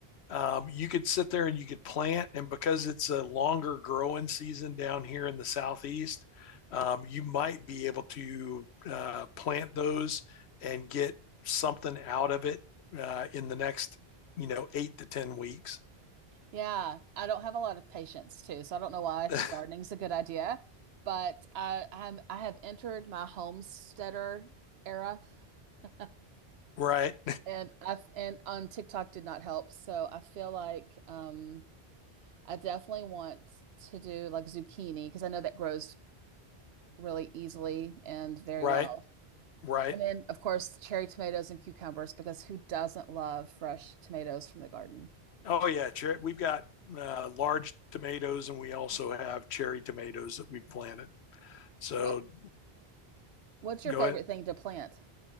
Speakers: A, on the left; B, on the right.
A: um, you could sit there and you could plant. And because it's a longer growing season down here in the southeast, um, you might be able to uh, plant those and get something out of it uh, in the next, you know, eight to 10 weeks.
B: Yeah, I don't have a lot of patience too, so I don't know why I think
A: <laughs>
B: gardening's a good idea, but I I'm I have entered my homesteader era <laughs>
A: right,
B: and I've and on TikTok did not help, so I feel like um I definitely want to do like zucchini because I know that grows really easily and very
A: <laughs> right,
B: well.
A: right.
B: And then of course cherry tomatoes and cucumbers because who doesn't love fresh tomatoes from the garden?
A: Oh, yeah. Cher- we've got uh, large tomatoes and we also have cherry tomatoes that we've planted. So
B: What what's your
A: go
B: favorite
A: ahead.
B: thing to plant?